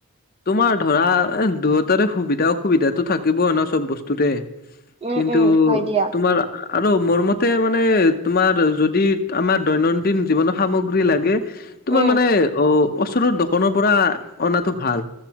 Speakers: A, on the left; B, on the right.
A: তোমাৰ ধৰা এ দুয়োটাৰে সুবিধা অসুবিধাটো থাকিবই ন চব বস্তুতে।
B: উম
A: কিন্তু
B: উম হয় দিয়া
A: তোমাৰা আৰু মোৰ মতে মানে তোমাৰ যদি আমাৰ দৈনন্দিন জীৱনত সামগ্ৰী লাগে তোমাৰ
B: উম
A: মানে অ ওচৰৰ দোকানৰ পৰা আনাটো ভাল